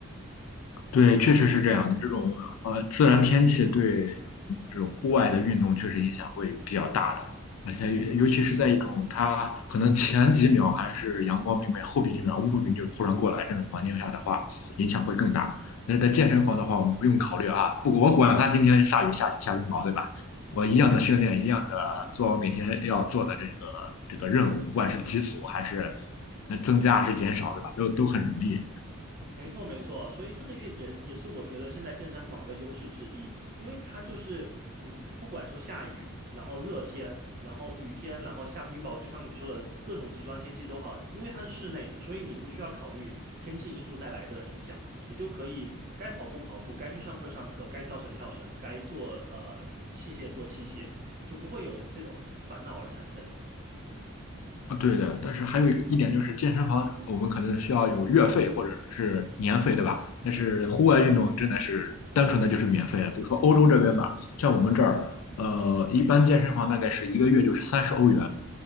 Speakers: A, on the left; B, on the right.
A: 对，确实是这样的。这种呃自然天气对我们这种户外的运动确实影响会比较大的，而且尤尤其是在一种它可能前几秒还是阳光明媚，后边几秒乌云就突然过来这种环境下的话，影响会更大。但是在健身房的话，我们不用考虑啊，不，我管它今天下雨下雪下冰雹，对吧？我一样的训练，一样的做我每天要做的这个这个任务，不管是基础还是呃增加还是减少，对吧？都都很容易。
B: 没错，没错，所以这个也也也是我觉得现在健身房的优势之一，因为它就是你不管说下雨，然后热天，然后雨天，然后下冰雹，就像你说的各种极端天气都好，因为它是室内的，所以你不需要考虑天气因素带来的影响，你就可以该跑步跑步，该去上课上课，该跳绳跳绳，该做呃器械做器械，就不会有这种烦恼而产生。
A: 啊，对的，但是还有一个一点就是健身房，我们可能需要有月费或者是年费，对吧？但是户外运动真的是单纯的就是免费的，比如说欧洲这边吧，像我们这儿，呃，一般健身房大概是一个月就是三十欧元，